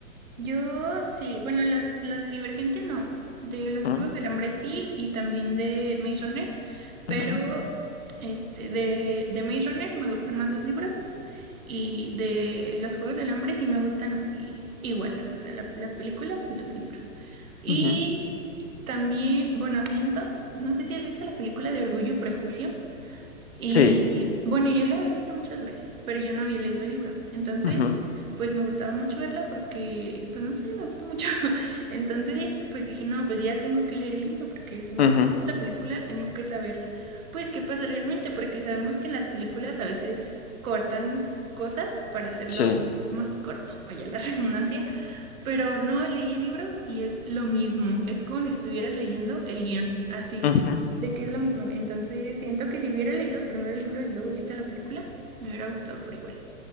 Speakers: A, on the right; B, on the left.
A: Yo sí, bueno, la, la de Divergente no, de los
B: Ujú,
A: Juegos del Hambre sí y también de Maze Runner, pero
B: ujú,
A: este, de, de Maze Runner me gustan más los libros y de los Juegos del Hambre sí me gustan así igual, o sea, la- las películas y los libros. Y
B: ujú.
A: también, bueno, siento, no sé si has visto la película de Orgullo y Prejuicio. Y
B: Sí.
A: bueno, yo la he visto muchas veces, pero yo no había leído el libro. Entonces,
B: ujú,
A: pues me gustaba mucho verla porque, pues no sé, me gusta mucho. <laughs> Entonces, pues dije, no, pues ya tengo que leer el libro porque si me
B: ujú,
A: gusta mucho la película, tengo que saber, pues, qué pasa realmente, porque sabemos que en las películas a veces cortan cosas para hacerlo
B: Sí.
A: más corto, vaya la <laughs> redundancia. Pero no leí el libro y es lo mismo. Es como si estuvieras leyendo el guión, así,
B: ujú,
A: de que es lo mismo. Entonces, siento que si hubiera leído primero el libro y luego visto la película, me hubiera gustado por igual.